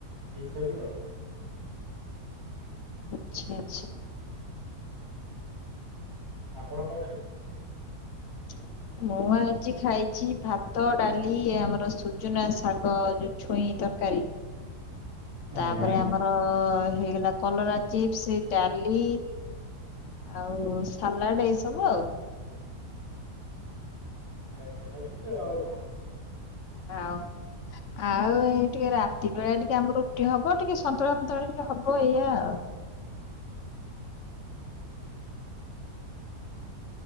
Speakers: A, on the right; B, on the left.
A: ଏଇସବୁ ଆଉ
B: ଆଚ୍ଛା ଆଚ୍ଛା।
A: ଆପଣ କଣ ଖାଇଲେ?
B: <inaudible> ମୁଁ ଆଜି ଖାଇଛି ଭାତ, ଡାଲି ଆମର ସୁଜୁନା ଶାଗ ଯଉ ଛୁଇଁ ତରକାରୀ।
A: ଆଜ୍ଞା
B: ତାପରେ
A: ଆଜ୍ଞା।
B: ଆମର ଅ ହେଇଗଲା କଲରା ଚିପ୍ସ ଡାଲି ଆଉ ସାଲାଡ ଏଇ ସବୁ ଆଉ।
A: ଭଲ ଜିନିଷ ଖାଇଚନ୍ତି ଆଉ କଣ।
B: ଆଉ ଆଉ ଏଇ ଟିକେ ରାତି ବେଳା ଟିକେ ଆମର ରୁଟି ହବ ଟିକେ ସନ୍ତୁଳା ଫନ୍ତୁଳା ଟିକେ ହବ ଏଇଆ ଆଉ।
A: ଆଜ୍ଞା ଆଜ୍ଞା।